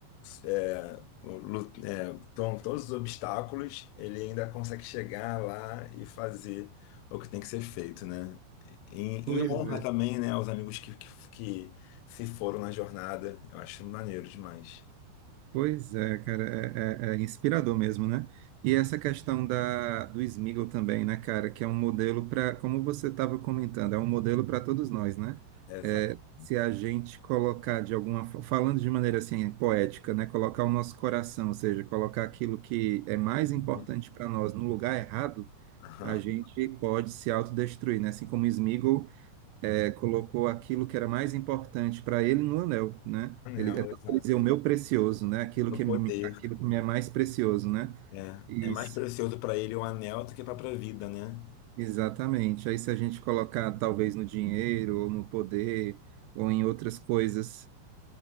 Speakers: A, on the left; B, on the right.
A: é, lu- é, com todos os obstáculos, ele ainda consegue chegar lá e fazer o que tem que ser feito, né? Em,
B: Pois
A: em honra
B: é.
A: também, né, aos amigos que, que, que se foram na jornada. Eu acho maneiro demais.
B: Pois é, cara, é, é- é inspirador mesmo, né? E essa questão da, do Smiggle também, né, cara, que é um modelo para, como você estava comentando, é um modelo para todos nós, né?
A: Exato.
B: É, se a gente colocar de alguma, fo- falando de maneira assim poética, né, colocar o nosso coração, ou seja, colocar aquilo que é mais importante
A: Uhum.
B: para nós no lugar errado,
A: <laughs>
B: a gente pode se autodestruir, né? Assim como o Smiggle é, colocou aquilo que era mais importante para ele no anel, né?
A: Anel,
B: Ele é tanto
A: exato.
B: ele dizer o meu precioso, né? Aquilo
A: No
B: que
A: poder.
B: me, aquilo que me é mais precioso, né?
A: É,
B: Isso,
A: é mais precioso para ele o anel do que a própria vida, né?
B: exatamente. Aí se a gente colocar talvez no dinheiro ou no poder ou em outras coisas